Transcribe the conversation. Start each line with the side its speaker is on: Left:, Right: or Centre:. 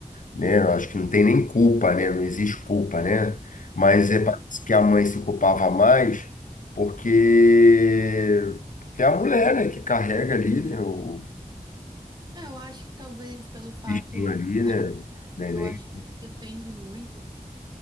Left: né? Eu acho que não tem nem culpa, né? Não existe culpa, né? Mas é,
Right: é.
Left: parece que a mãe se culpava mais porque, porque é a mulher, né, que carrega ali, né? o-
Right: É, Eu acho que talvez pelo fato,
Left: bichinho ali, né? Neném.
Right: eu acho que isso depende muito